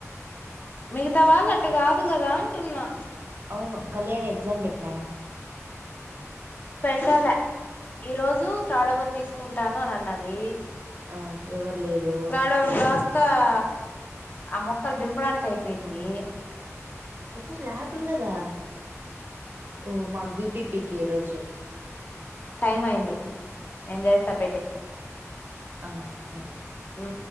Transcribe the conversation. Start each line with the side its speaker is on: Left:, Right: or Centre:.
Left: మిగతా వాళ్ళు అట్ట కాదు కదా అంటున్నా
Right: అవును కళ్యాణి ఎగ్జామ్ పెట్నా
Left: పెట్టల ఈరోజు త్రాడవరు తీసుకుంటాను అని అన్నది
Right: ఆ ఎవరు లేరు
Left: త్రాడవర్ కాస్త ఆ ఆ మొక్కలు దింపడానికి అయిపోయింది
Right: ఈ రజు ల్యాబులు కదా ఓ మాకు బిపిపీకి ఈ రోజు
Left: టైం అయింది నేన్ చేస్తా పెట్టెయ్
Right: ఆ సరే
Left: మ్